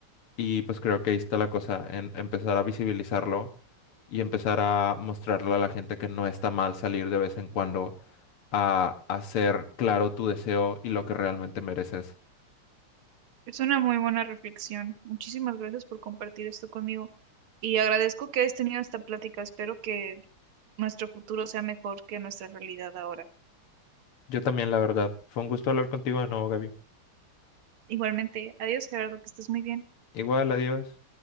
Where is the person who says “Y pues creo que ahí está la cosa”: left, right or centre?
Left